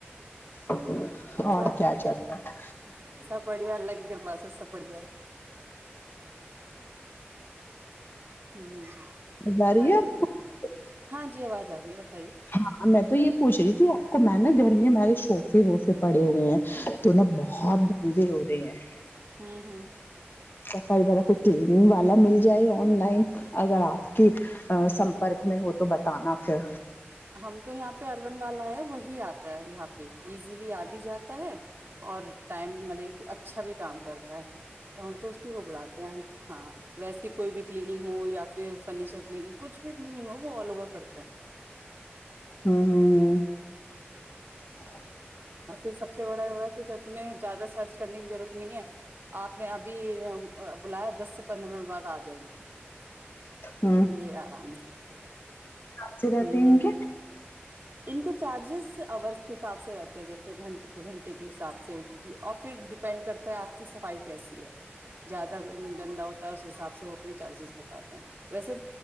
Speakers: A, on the left (about 55°); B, on the right (about 55°).
A: اچ <unintelligible> اور
B: سب
A: کیا چلتا ہے
B: سب بڑھیا الگ گرباس سب بڑھیا ہے ہوں
A: جا رہی
B: ہاں
A: ہے
B: جی
A: آپ کو <unintelligible>
B: ہاں ج آواز آ رہی ہے ب
A: ہاں میں تو یہ پوچھ رہی تھی آپ کو میں نا گھرمی ہمارے شوفے وفے پڑے ہوئے ہیں تو نہا بہت دلی ہوتی رہ ہے <unintelligible>
B: ہاں ہاں
A: صفائی با کچھ کلیننگ والا مل جائے آن لائن اگر آپ کی سمپرک میں ہو تو بتانا پھر
B: ہم تو یہاں پہ ارن والا ہے وہی آتا ہے یہاں پہ ایزیلی آ بھی جاتا ہے اور ٹائم مطلب اچھا بھی کام کرتا ہے تو ہم تو اسی کو بلاتے ہیں ہاں ویسی کوئی بھی کلینگ ہو یا پھر فنیچا کلینک کچھ بھی کلینک وہ آل اوور کرتا ہے
A: ہ ہاں ہ <inaudible>
B: پھر سب سے بڑا یہ ہے کہ اھر تمہیں زیادہ سرچ کرنے کی ضرورت نہیں ہے آپ نے ابھی بلایا دس پندرہ منٹ بعد آ جائیں گے
A: ہ
B: تو یہ آرام ہے
A: آچ راات
B: ہ
A: انک
B: ہ ان کے چارجز اور کے حساب سے رہتے ہیں جیسےن گھنٹے کے حساب سے اور پھر ینڈ کرتا ہے آپ کی صفائی کیسی ہے زیادہ گندا ہوتا ہے اس حساب سے وہ اپنے چارجز بتاتے ہیں ویسے